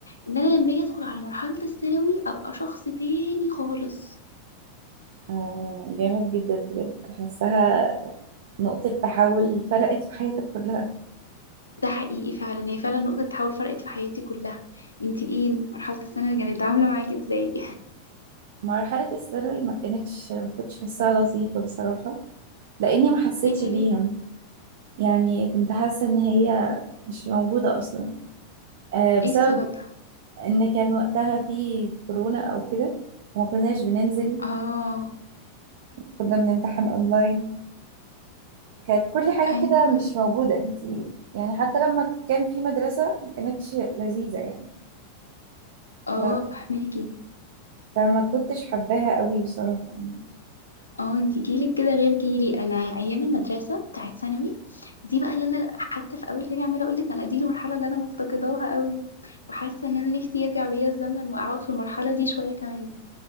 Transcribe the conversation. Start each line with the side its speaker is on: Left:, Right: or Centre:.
Left: ان انا لما اجي ادخل على مرحلة الثانوي ابقى شخص تاني خالص
Right: آه جامد جدا بجد حاساها نقطة تحول فرقت في حياتك كلها
Left: ده حقيقي فعلا هي فعلا نقطة تحول فرقت في حياتي كلها انتي ايه مرحلة الثانوي كانت عاملة معاكي ازاي
Right: مرحلة الثانوي ما كانتش ما كنتش حاساها لطيفة بصراحة لأني ما حسيتش
Left: <laughs> ايه ده
Right: بيها
Left: ليه
Right: يعني كنت حاسة إن هي مش موجودة أصلا آه، بسبب
Left: ايه السبب
Right: ان كان وقتها في كورونا او كده وما كناش بننزل
Left: اه
Right: كنا بنمتحن اونلاين كانت كل حاجة
Left: ايوه
Right: كده مش موجودة انتي يعني حتى لما كان في مدرسة ما كانتش لذيذة يعني
Left: اه
Right: ف-
Left: فهماكي
Right: فما كنتش حباها قوي بصراحة يعني
Left: اه انتي جيلك كده غير جيلي انا ايام المدرسة بتاعت ثانوي دي بقى اللي انا حتى في اول كلامي عماله اقول لك انا دي المرحله اللي انا مفتقداها قوي وحاسه ان انا نفسي يرجع بيا الزمن واقعد في المرحله دي شويه كمان